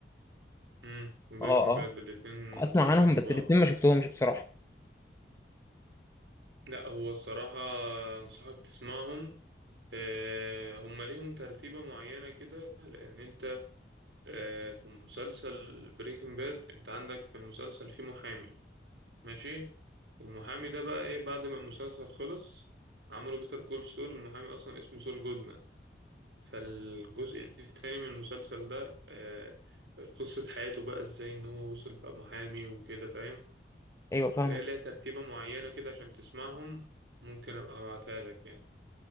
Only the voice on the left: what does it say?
اه
اه
اسمع
عنهم
بس الاتنين ما شفتهمش بصراحة
ايوه فاهمك